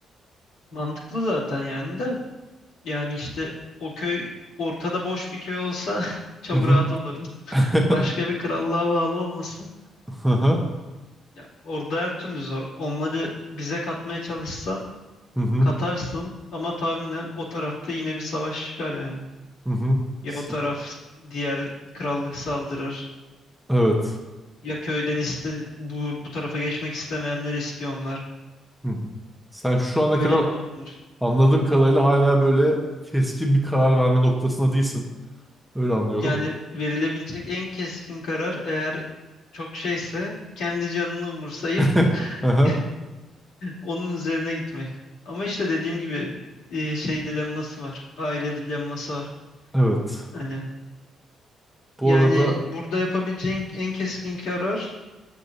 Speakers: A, on the left (about 85°); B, in the centre.
A: Mantıklı zaten yani de Yani işte o köy ortada boş bir köy olsa <laughs> çok
B: Hı hı.
A: rahat olurdu.
B: <laughs>
A: Başka bir krallığa bağlı olmasa.
B: Hı hı.
A: Ya orada her türlü zor. Onları bize katmaya çalışsan
B: Hı hı.
A: katarsın ama tahminen o tarafta yine bir savaş çıkar yani.
B: Hı hı.
A: Ya
B: Sen-
A: o taraf diğer krallık saldırır.
B: Evet.
A: Ya köyden iste bu, bu tarafa geçmek istemeyenler ispiyonlar.
B: Hı hı. Sen şu ana
A: Öyle
B: kadar
A: bir durum var.
B: anladığım kadarıyla hala böyle keskin bir karar verme noktasında değilsin. Öyle anlıyorum.
A: Yani verilebilecek en keskin karar eğer çok şeyse kendi canını umursayıp
B: <laughs>
A: <laughs>
B: Aha,
A: Onun üzerine gitmek. Ama işte dediğim gibi e, şey dilemması var. Aile dilemması var.
B: evet.
A: Hani
B: Bu
A: yani
B: arada
A: burada yapabileceğin en keskin karar